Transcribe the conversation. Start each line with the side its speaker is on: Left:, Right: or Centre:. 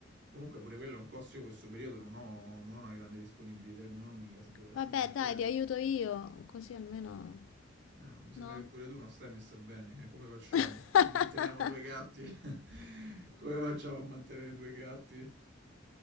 Right: comunque pure quello è un costo, io in questo periodo non ho, non ho una grande disponibilità economica, se devo essere
Left: Vabbè,
Right: sincero.
Left: dai, ti aiuto io, così almeno...
Right: Eh, ma mi sembra
Left: No?
Right: che pure tu non stai messa bene, eh, come facciamo?
Left: <laughs>
Right: Manteniamo due gatti? <laughs> Come facciamo a mantenere due gatti?